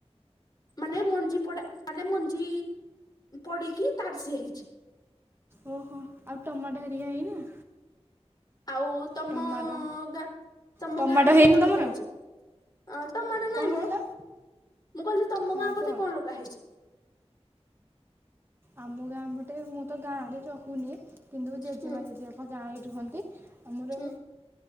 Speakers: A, on the left; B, on the right.
A: ମାନେ ମଞ୍ଜି ପଡା ମାନେ ମଞ୍ଜି ପଡିକି ତାର ସିଏ ହେଇଛି।
B: ଓହୋ ଆଉ ଟମାଟ ହେରିକା ହେଇନି?
A: ଆଉ ତମ
B: ଟମାଟୋ
A: ଗାଁ ତମ
B: ଟମାଟୋ
A: ଗାଁ ପଟେ
B: ହେଇନି
A: କଣ
B: ତମର?
A: ଲଗା ହେଇଛି? ଅ ଟମାଟୋ ନାଇଁ
B: କଣ
A: ମ।
B: କହିଲ?
A: ମୁଁ କହିଲି ତମ
B: ହଁ
A: ଗାଁ
B: କୁହ?
A: ପଟେ କଣ ଲଗା ହେଇଛି?
B: ଆମ ଗାଁ ପଟେ ମୁଁ ତ ଗାଁ ରେ ରହୁନି କିନ୍ତୁ ଜେଜେମା
A: ହୁଁ
B: ଜେଜେବାପା ଗାଁରେ ରୁହନ୍ତି। ଆମର
A: ହୁଁ